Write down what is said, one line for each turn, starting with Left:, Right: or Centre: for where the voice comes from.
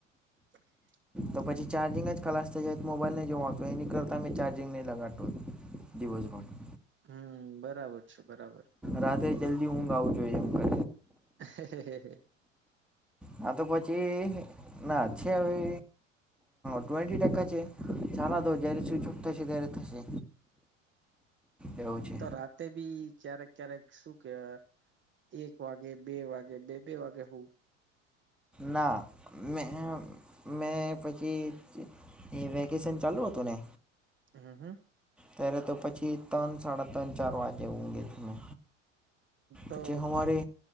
Right: .
Centre: તો પછી ચાર્જિંગ જ ખલાસ થઈ જાય મોબાઈલને જોવા હો હતો તો એની કરતા મેમે ચાર્જિંગ નહીં લગાતું. દિવસ ભોડ.
Right: હમ્મ બરાબર છે બરાબર.
Centre: રાત્રે જલ્દી ઊઘ આવું જોઈએ એમ કર.
Right: <inaudible>
Centre: હા તો પછી ના છે હવે. ટ્વેન્ટી ટકા છે ચલા દો જય્યારે સ્વિચ ઓફ થશે ત્યારે થશે. એવું
Right: હું
Centre: છે
Right: તો રાત. તે બી ક્યારેક ક્યારેક શું કેવા એક વાગે બે વાગે બે બે વાગે હું.
Centre: ના મે મેં પછી. એ વેકેશન ચાલુ હતું ને.
Right: હમ્મ
Centre: ત્યારે તો પછી ત્રણ સાડા ત્રણ ચાર વાગે ઊંઘે તમે
Right: તો
Centre: પછી હવારે